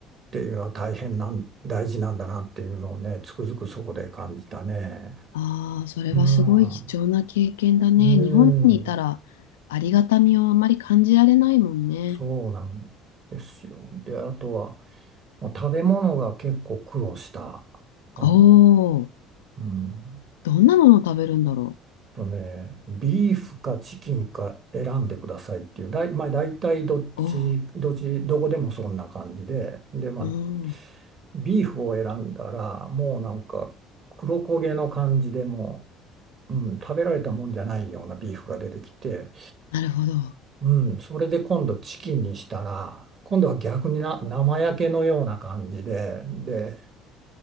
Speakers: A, on the right; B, on the left.
A: ていうのは大変なん、大事なんだなっていうのをね、つくづくそこで感じたね。
B: ああ、それはすごい貴重な経験だね。
A: うん、うん、
B: 日本にいたらありがたみをあまり感じられないもんね。
A: そうなんですよ。で、あとは、まあ食べ物が結構苦労した。あ、
B: おお
A: うん
B: どんなものを食べるんだろ
A: とね、ビーフかチキンか選んでくださいっていう、だい、まあ、大体どっち、
B: う。お
A: どっち、どこでもそんな感じで、で、まあ、
B: おー、
A: ビーフを選んだら、もうなんか黒焦げの感じでもう、うん、食べられたもんじゃないようなビーフが出てきて、
B: なるほど。
A: うん、それで今度チキンにしたら、今度は逆にな生焼けのような感じで、で、